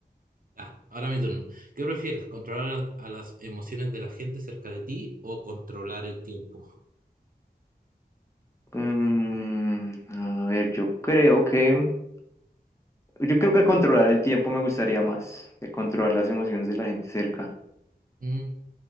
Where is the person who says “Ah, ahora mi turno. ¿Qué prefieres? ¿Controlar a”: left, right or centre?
Right